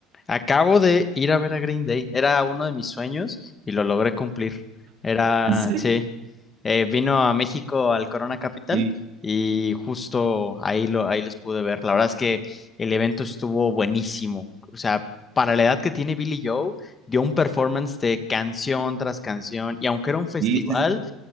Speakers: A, on the left; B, on the right.
A: Acabo de ir a ver a Green Day. Era uno de mis sueños y lo logré cumplir. Era,
B: ¿En serio?
A: sí, eh, vino a México al Corona Capital
B: Sí,
A: y justo ahí lo, ahí los pude ver. La verdad es que el evento estuvo buenísimo. O sea, para la edad que tiene Billy Joe, dio un performance de canción tras canción y aunque era un festival,
B: sí, sí, sí.